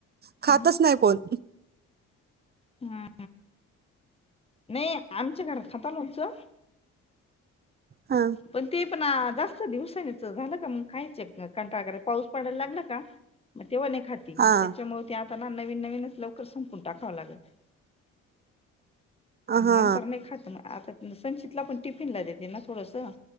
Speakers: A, on the right; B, on the left.
A: खातच
B: हम्म
A: नाही कोण-
B: हम्म नाही आमच्या घरात खाता लोणचं -
A: हा
B: पण ते पणआ- जास्त दिवसानी- झालं का मग खायच कंटाळा करत- <unintelligible> पाऊस पडायला लागला का- तेव्हा खाती
A: हा
B: म त्याच्या मुळ ते आ- त्यांना नवीन नवीनच लवकर संपून टाकावं लागलत.
A: हा
B: नंतर नाही खात म आता- संचितला पण टिफिनला देते ना थोडसं-